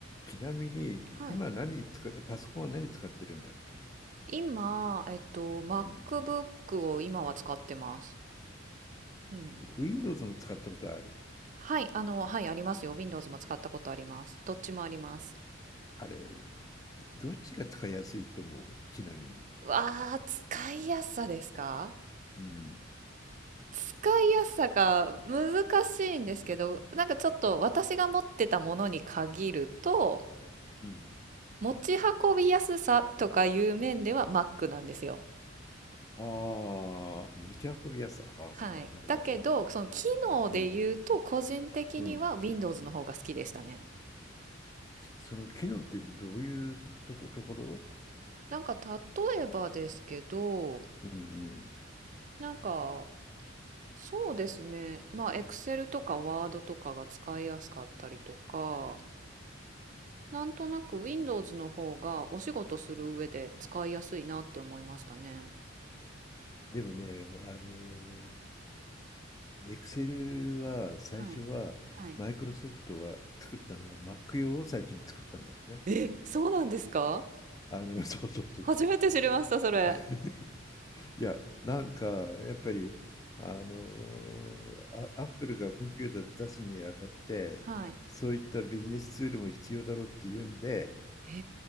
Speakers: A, on the left (about 20°); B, on the right (about 40°).
A: ちなみに、
B: はい。
A: 今何使う、パソコンは何使ってるんだっけ、
B: 今、えっと、MacBook
A: うん、
B: を今は使ってます。うん。
A: ?Windows も使ったことある。
B: はい、あの、はい、ありますよ。Windows も使ったことあります。どっちもあります。
A: あれ、どっちが使いやすいと思うちなみに。
B: わあ、使いやすさですか
A: うん。
B: 使いやすさが難しいんですけど、なんかちょっと私が持ってたものに限ると、
A: うん。
B: 持ち運びやすさとかいう面では Mac なんですよ。
A: ああ、持ち運びやすさ。ああ、
B: はい。
A: なるほど。
B: だけど、その機能で言うと、
A: うん。
B: 個人的には
A: うん。
B: Windows の方が好きでしたね。
A: その機能ってどういうとこ、ところ
B: なんか例えばですけど、
A: うんうん。
B: なんかそうですね、まあ Excel とか Word とかが使いやすかったりとか、なんとなく Windows の方がお仕事する上で使いやすいなって思いましたね。
A: でもね、あの、Excel は最初は、
B: はい。はい。
A: マイクロソフトは作ったのは Mac 用を最初に作ったんだよね。
B: え、そうなんですか
A: あの、<laughs> そうそうそうそう
B: 初めて知りました、それ。
A: <laughs>。いや、なんか、やっぱり、あの、あアップルがコンピューター出すにあたって、
B: はい。
A: そういったビジネスツールも必要だろうっていうんで、
B: へ